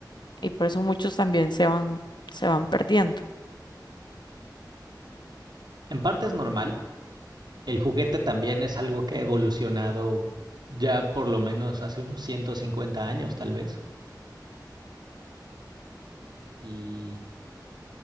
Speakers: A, on the left; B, on the right.
A: Y por eso muchos también se van, se van perdiendo.
B: En parte es normal. El juguete también es algo que ha evolucionado ya por lo menos hace unos 150 años, tal vez. Y